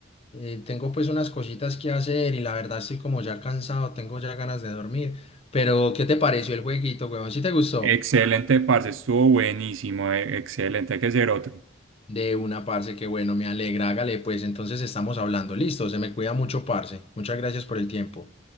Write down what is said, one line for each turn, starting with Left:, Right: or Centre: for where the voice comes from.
Left: Eh, tengo pues unas cositas que hacer y la verdad estoy como ya cansado, tengo ya ganas de dormir. Pero, ¿qué te pareció el jueguito, huevón? ¿Sí te gustó?
Right: Excelente, parce, estuvo buenísimo, eh, excelente, hay que ser otro.
Left: De una, parce, que bueno, me alegra, hágale, pues entonces estamos hablando. Listo, se me cuida mucho, parce. Muchas gracias por el tiempo.